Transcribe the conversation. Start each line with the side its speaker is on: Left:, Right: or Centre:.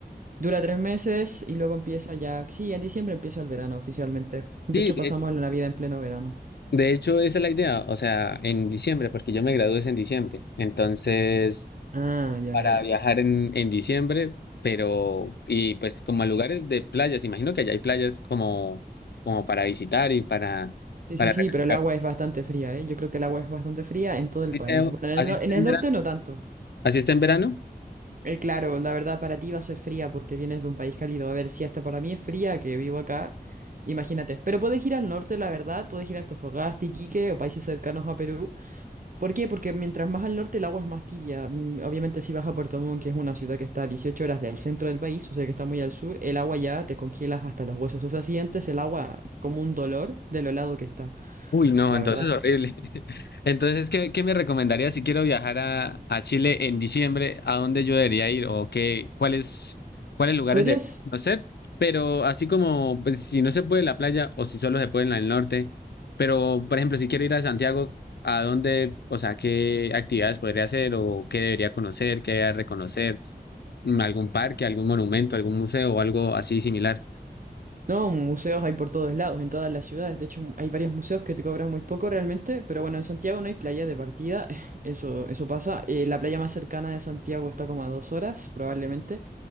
Right: dura tres meses y luego empieza ya, sí, en diciembre empieza el verano oficialmente. De
Left: Sí,
Right: hecho
Left: de,
Right: pasamos la Navidad en pleno verano.
Left: de hecho esa es la idea, o sea, en diciembre, porque yo me gradué es en diciembre, entonces
Right: Ah, ya,
Left: para
Right: ya, ya.
Left: viajar en, en diciembre, pero, y pues como a lugares de playas, imagino que allá hay playas como, como para visitar y para,
Right: Sí,
Left: para
Right: sí, sí,
Left: refrescar.
Right: pero el agua es bastante fría, ¿eh? Yo creo que el agua es bastante fría en todo el
Left: Así
Right: país.
Left: está
Right: Bueno, en
Left: así
Right: el, no-
Left: está
Right: en el
Left: en
Right: norte
Left: verano.
Right: no tanto.
Left: ¿Así está en verano?
Right: Eh, claro, la verdad para ti va a ser fría porque vienes de un país cálido. A ver, si hasta para mí es fría que vivo acá, imagínate. Pero puedes ir al norte, la verdad, puedes ir a Antofagasta, Iquique o países cercanos a Perú. ¿Por qué? Porque mientras más al norte el agua es más tibia. Mm, Obviamente si vas a Puerto Montt, que es una ciudad que está a 18 horas del centro del país, o sea que está muy al sur, el agua ya te congelas hasta los huesos. O sea, sientes el agua como un dolor de lo helado que está,
Left: Uy, no,
Right: la
Left: entonces
Right: verdad.
Left: horrible. <laughs> Entonces, ¿qué, qué me recomendaría si quiero viajar a, a Chile en diciembre? ¿A dónde yo debería ir? ¿O qué, cuáles, cuáles lugares
Right: Podrías...
Left: debería conocer? Pero así como, pues, si no se puede en la playa o si solo se puede en el norte, pero, por ejemplo, si quiero ir a Santiago, ¿a dónde, o sea, qué actividades podría hacer o qué debería conocer, qué debería reconocer? Mm, ¿Algún parque, algún monumento, algún museo o algo así similar?
Right: No, museos hay por todos lados, en todas las ciudades. De hecho, hay varios museos que te cobran muy poco realmente, pero bueno, en Santiago no hay playa de partida, <laughs> eso, eso pasa. Eh, la playa más cercana de Santiago está como a dos horas, probablemente.